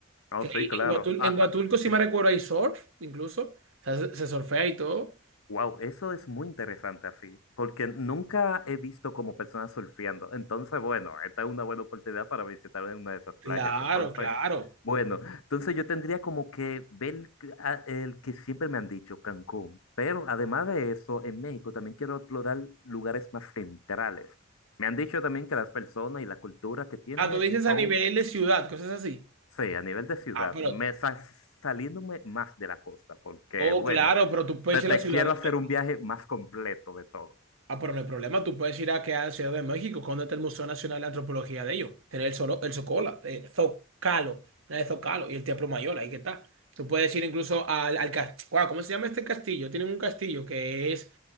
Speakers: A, on the left (about 85°); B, on the right (about 70°).
A: Oh,
B: Que
A: sí,
B: ahí
A: claro.
B: en Huatul-
A: Ah,
B: en Huatulco,
A: ah,
B: si me recuerdo, hay surf, incluso. O sea, se, se surfea y todo.
A: Wow, eso es muy interesante así, porque nunca he visto como personas surfeando. Entonces, bueno, esta es una buena oportunidad para visitar una de esas playas.
B: Claro,
A: Entonces,
B: claro.
A: bueno, entonces yo tendría como que ver a- el que siempre me han dicho, Cancún. Pero además de eso, en México también quiero explorar lugares más centrales. Me han dicho también que las personas y la cultura que tiene
B: Ah, tú dices
A: son
B: a nivel de ciudad, cosas así.
A: Sí, a nivel de ciudad,
B: Ah, pero,
A: me sa- saliéndome más de la costa, porque
B: oh,
A: bueno,
B: claro, pero tú puedes
A: te, te
B: ir a la Ciudad
A: quiero
B: de
A: hacer
B: México.
A: un viaje más completo de todo.
B: Ah, pero no hay problema, tú puedes ir a, que a la Ciudad de México, cuando está el Museo Nacional de Antropología de ellos. Tener el, solo, el Zocola, eh, Zocalo, no, el Zocalo y el Teatro Mayor, ahí que está. Tú puedes ir incluso al, al castillo. ¿Cómo se llama este castillo? Tienen un castillo que es